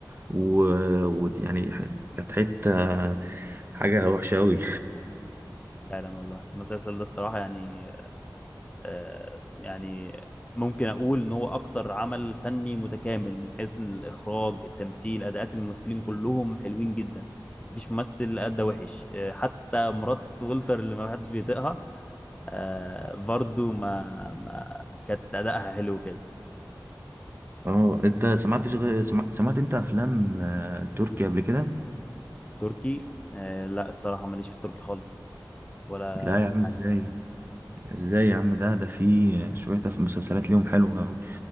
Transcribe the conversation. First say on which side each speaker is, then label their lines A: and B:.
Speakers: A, on the right; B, on the left.
A: ويعني و... و- يعني ح- كانت حتة حاجة وحشة أوي
B: فعلا والله المسلسل ده الصراحه يعني آه، يعني ممكن اقول ان هو اكتر عمل فني متكامل من حيث الاخراج التمثيل اداءات الممثلين كلهم حلوين جدا مفيش ممثل ادى وحش آه، حتى مرات ولتر اللي ما حدش بيطيقها آه، برضو ما ما كانت ادائها حلو كده
A: اه أنت سمعتش غير سمع... سمعت أنت أفلام آه، تركي قبل كده؟
B: تركي آه، لا الصراحة ماليش في التركي خالص ولا
A: لا
B: اي
A: يا عم
B: حاجة
A: ازاي ازاي يا عم ده ده في شوية مسلسلات ليهم حلوة أوي.